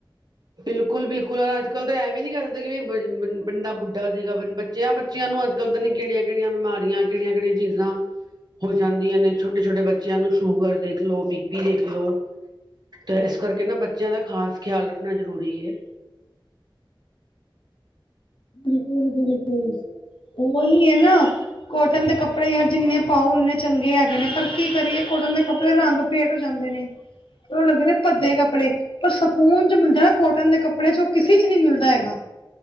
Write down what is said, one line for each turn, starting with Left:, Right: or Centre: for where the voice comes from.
Right: ਬਿਲਕੁਲ, ਬਿਲਕੁਲ ਅੱਜ ਕੱਲ ਤਾਂ ਇਹ ਵੀ ਨ ਨਹੀਂ ਕਹਿ ਸਕਦੇ, ਵੀ ਬੰਦਾ ਬੁੱਢਾ ਸੀਗਾ ਬੱਚਿਆਂ ਨੂੰ ਅੱਜ ਕੱਲ ਪਤਾ ਨਹੀ ਕਿਹੜੀਆਂ ਕਿਹੜੀਆਂ ਬਿਮਾਰੀਆਂ, ਕਿਹੜੀਆਂ ਕਿਹੜੀਆਂ ਚੀਜ਼ਾਂ ਹੋ ਜਾਂਦੀਆਂ ਨੇ ਛੋਟੇ ਛੋਟੇ ਬੱਚਿਆਂ ਨੂੰ, ਸ਼ੂਗਰ ਦੇਖ ਲੋ, ਬੀ ਪੀ ਦੇਖ ਲਓ ਤੇ ਇਸ ਕਰਕੇ ਨਾ, ਬੱਚਿਆਂ ਦਾ ਖਾਸ ਖਿਆਲ ਰੱਖਣਾ ਜ਼ਰੂਰੀ ਹੈ।
Left: ਬਿਲਕੁਲ, ਬਿਲਕੁਲ, ਔਹੀ ਏ ਨਾ ਕੋਟਨ ਦੇ ਕੱਪੜੇ ਯਾਰ ਜਿੰਨੇ ਪਾਓ ਓਨੇ ਚੰਗੇ ਹੈਗੇ ਨੇ, ਪਰ ਕੀ ਕਰੀਏ, ਕੋਟਨ ਦੇ ਕੱਪੜੇ ਰੰਗ ਫੇਟ ਹੋ ਜਾਂਦੇ ਨੇ, ਫਿਰ ੳਹ ਲੱਗਦੇ ਨੇ ਭੱਦੇ ਕੱਪੜੇ। ਪਰ ਸਕੂਨ ਜੋ ਮਿਲਦਾ ਨਾ ਕੋਟਨ ਦੇ ਕੱਪੜੇ ਚ, ਉਹ ਕਿਸੇ ਚ ਨਹੀਂ ਮਿਲਦਾ ਹੈਗਾ।